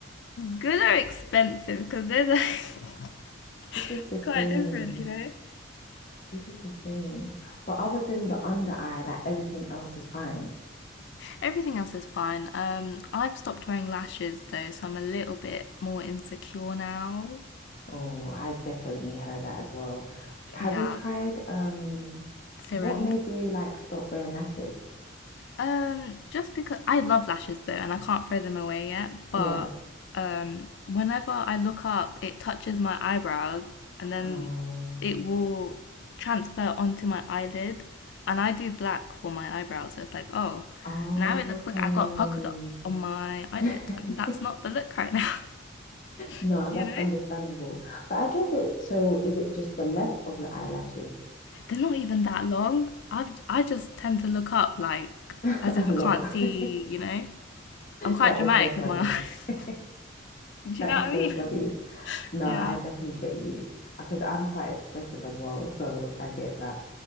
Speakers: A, on the left; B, on the left.
A: Good or expensive, because there's are
B: This
A: <laughs>
B: is the
A: quite
B: thing.
A: different, you know?
B: This is the thing. But other than the under eye, like everything else is fine.
A: Everything else is fine. Um, I've stopped wearing lashes though, so I'm a little bit more insecure now.
B: Oh, I definitely heard that as well. Have
A: Yeah,
B: you tried um
A: serum.
B: what made you like stop wearing lashes?
A: Um, just because I love lashes though, and I can't throw them away yet, but
B: Yeah.
A: um, whenever I look up, it touches my eyebrows and then
B: Oh.
A: it will transfer onto my eyelid. And I do black for my eyebrows, so it's like, oh,
B: Oh,
A: now it looks
B: okay.
A: like I got polka dots on my eyelid,
B: <laughs>
A: and that's not the look right now,
B: No,
A: <laughs> you
B: that's
A: know?
B: understandable. But I guess it so is it just the length of your eyelashes?
A: They're not even that long. I've, I just tend to look up like
B: <laughs>
A: as if
B: A
A: I
B: lot.
A: can't see,
B: <laughs>
A: you know? I'm quite
B: That
A: dramatic
B: is so
A: with
B: funny.
A: my <laughs> eyes.
B: <laughs>
A: Do you
B: That
A: know
B: is
A: what I
B: so
A: mean?
B: funny.
A: <laughs>
B: No,
A: Yeah.
B: I definitely get you because I'm quite expressive as well, so I get that.